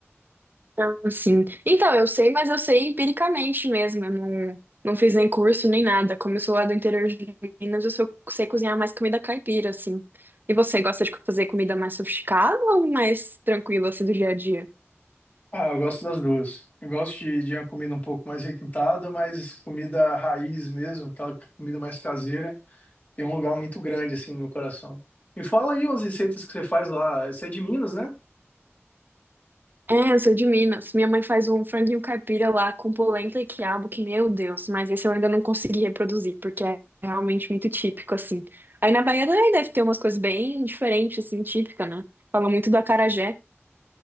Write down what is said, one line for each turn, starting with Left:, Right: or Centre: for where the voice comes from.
Right: Ah, sim. Então, eu sei, mas eu sei empiricamente mesmo. Eu não, não fiz nem curso nem nada. Como eu sou lá do interior de Minas, eu só sei cozinhar mais comida caipira, assim. E você gosta de fazer comida mais sofisticada ou mais tranquila, assim, do dia a dia?
Left: Ah, eu gosto das duas. Eu gosto de, de uma comida um pouco mais requintada, mas comida raiz mesmo, aquela comida mais caseira, tem um lugar muito grande, assim, no meu coração. Me fala aí umas receitas que você faz lá. Você é de Minas, né?
Right: É, eu sou de Minas. Minha mãe faz um franguinho caipira lá com polenta e quiabo, que, meu Deus, mas esse eu ainda não consegui reproduzir, porque é realmente muito típico, assim. Aí na Bahia também deve ter umas coisas bem diferentes, assim, típica, né? Fala muito do acarajé.